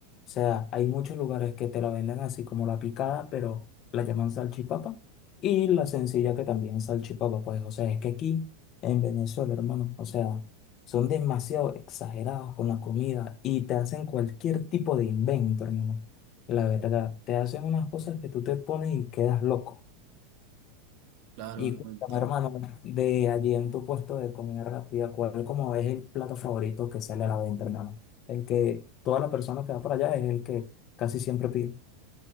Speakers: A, on the left; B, on the right.
A: O sea, hay muchos lugares que te la venden así como la picada, pero la llaman salchipapa. Y la sencilla que también es salchipapa, pues, o sea, es que aquí en Venezuela, hermano, o sea, son demasiado exagerados con la comida y te hacen cualquier tipo de invento, hermano. La verdad, te hacen unas cosas que tú te pones y quedas loco.
B: Claro,
A: Y
B: bro,
A: cuéntame,
B: entiendo.
A: hermano, de allí en tu puesto de comida rápida, ¿cuál como es el plato favorito que sale a la venta, hermano? El que toda la persona que va para allá es el que casi siempre pide.